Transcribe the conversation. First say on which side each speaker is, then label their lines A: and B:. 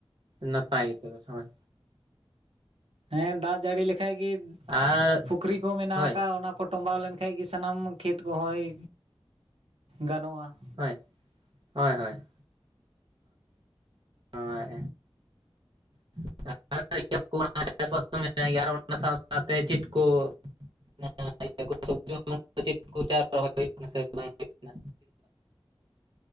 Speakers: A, on the right; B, on the right.
A: ᱱᱟᱯᱟᱭ ᱜᱮ ᱛᱚᱵᱮ ᱦᱳᱭ
B: ᱦᱮᱸ ᱫᱟᱜ ᱡᱟᱹᱲᱤ ᱞᱮᱠᱷᱟᱡ ᱜᱮ
A: ᱟᱨ
B: ᱯᱩᱠᱷᱨᱤ ᱠᱚ ᱢᱮᱱᱟᱜ
A: ᱦᱳᱭ
B: ᱟᱠᱟᱫ ᱚᱱᱟ ᱠᱚ ᱠᱚ ᱴᱚᱢᱵᱟᱣ ᱞᱮᱱ ᱠᱷᱟᱱ ᱜᱮ ᱥᱟᱱᱟᱢ ᱠᱷᱮᱛ ᱠᱚᱦᱚᱸᱭ ᱜᱟᱱᱚᱜᱼᱟ ᱾
A: ᱦᱳᱭ ᱦᱳᱭ ᱦᱳᱭ ᱦᱳᱭ <unintelligible> <unintelligible> ᱟᱨ ᱥᱟᱶ ᱛᱮ ᱪᱮᱫ ᱠᱚ <unintelligible> ᱤᱭᱟᱹ ᱥᱚᱵᱡ ᱪᱮᱫ ᱪᱟᱥ ᱦᱩᱭᱩᱜ ᱠᱟᱱᱟ ᱥᱮ ᱵᱟᱝ ᱠᱟᱱᱟ